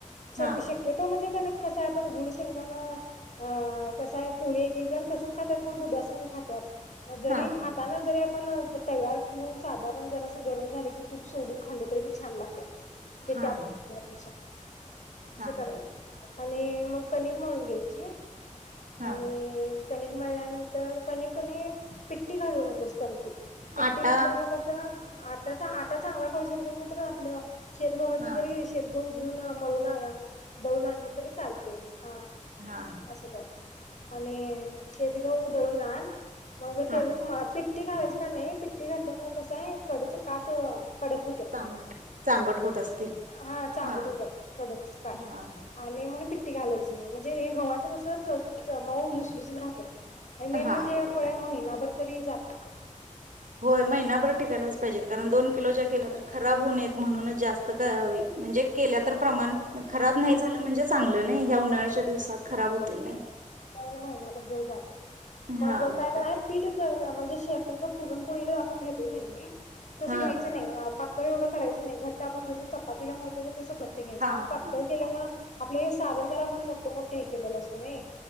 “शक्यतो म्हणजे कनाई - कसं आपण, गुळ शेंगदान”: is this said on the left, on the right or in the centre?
Left